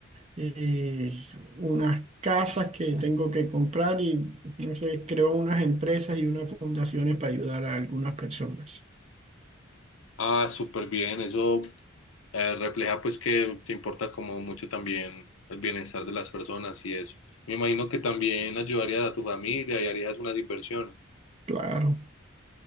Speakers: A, on the right (about 30°); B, on the left (about 65°).
A: eh, unas casas que tengo que comprar y no sé, creo unas empresas y unas fundaciones para ayudar a algunas personas.
B: Ah, súper bien, eso eh, refleja pues que te importa como mucho también el bienestar de las personas y eso. Me imagino que también ayudarías a tu familia y harías unas inversiones.
A: Claro,